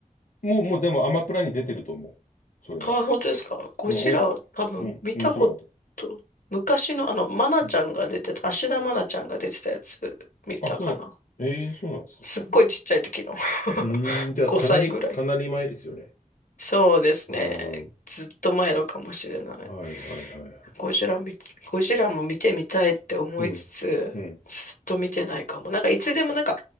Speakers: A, on the left; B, on the left.
A: もう、もうでもアマプラに出てると思う。それは。
B: あ、本当ですかゴジラは多分見たこと、
A: うん、うん、うん面白かった。
B: 昔のあの、マナちゃんが出てた、
A: うん。
B: 芦田愛菜ちゃんが出てたやつ見たかな。
A: あ、そうな、ええそうなんですか。
B: すっごいちっちゃい時の。
A: うーん、
B: <laughs>
A: じゃあかなり、
B: 5歳ぐらい。
A: かなり前ですよね。
B: そうですね。
A: うん。
B: ずっと前のかもしれない。
A: はいはいはいはい。
B: ゴジラ見ゴジラも見てみたいって思いつつ、
A: うん、うん、
B: ずっと見てないかも。なんかいつでもなんか、